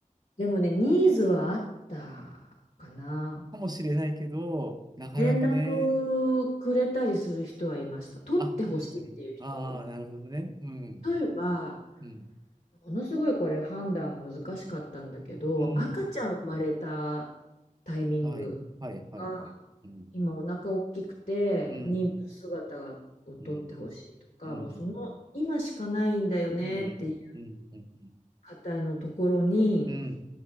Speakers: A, on the left; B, on the right.
A: でもね、ニーズはあったかな。
B: かもしれないけど、なかなかね。
A: 連絡くれたりする人はいました。取ってほしいっていう人。
B: あ、本当に。ああ、なるほどね。うん。
A: 例えば、
B: うん。
A: ものすごいこれ判断が難しかったんだけど、
B: うん。
A: 赤ちゃん生まれたタイミング
B: はい。はい。はい。
A: が、
B: はい。うん。
A: 今お腹大きくて妊婦姿がを取ってほしいとか、
B: うん。うん。うん。
A: もうその今しかないんだよねっていう
B: うん。うん。うん。
A: 方のところに
B: うん。